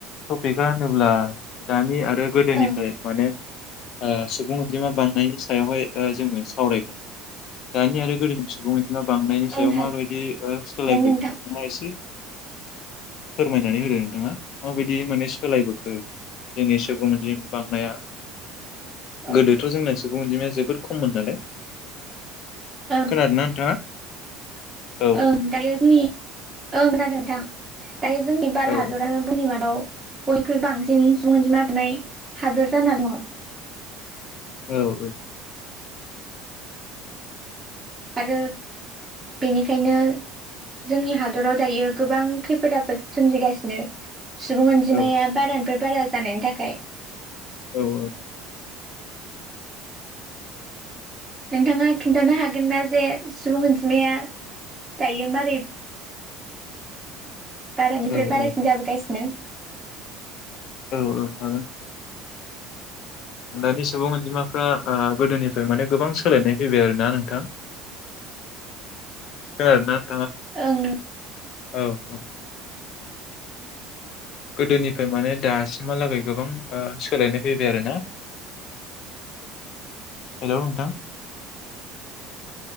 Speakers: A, on the left; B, on the right.
A: टपिकआ होनोब्ला दानि आरो गोदोनिफ्राय
B: ओं
A: माने सुबुं अनजिमा बांनायनि सायावहाय जोंङो सावरायगोन दानि आरो गोदोनि सुबुं अनजिमा बांनायनि
B: ओं
A: सायाव माबायदि
B: हागोन
A: सोलायबोयो
B: नोंथां
A: नोंथाङा एसे फोरमायनानै होदों नोंथाङा माबायदि माने सोलायबोखो जोंनि सुबुंनि बांनाया
B: ओं
A: गोदोथ' जोंनासो सुबुं अनजिमाया जोबोद खममोन नालाय
B: ओं
A: खोनादोंना नोंथाङा? औ
B: ओं दायो जोंनि ओं खोनादों। <unintelligible> दायो जोंनि भारत
A: औ
B: हादरानो भुमनि मादाव बयख्रुइ बांसिन सुबुं अन्जिमा थानाय हादोर जाना दङ।
A: औ औ
B: आरो बेनिखायनो जोंनि हादराव दायो गोबां खैफोद आफोद सोमजिगासिनो सुबुं अनजिमाया
A: औ
B: बारानिफ्राय बारा जानायनि थाखाय।
A: औ औ
B: नोंथाङा खिन्थानो हागोनना जे सुबुं अनजिमाया दायो मारै बारानिफ्राय
A: औ
B: बारासिन जाबोगासिनो
A: औ औ हागोन दानि सुबुं अनजिमाफ्रा ओ गोदोनिफ्राय माने गोबां सोलायनाय फैबाय आरोना नोंथां खोनादों ना?
B: ओं <unintelligible>
A: औ औ गोदोनिफ्राय माने दासिमहालागै गोबां ओ सोलायनाय फैबाय आरोना हेलौ नोंथां।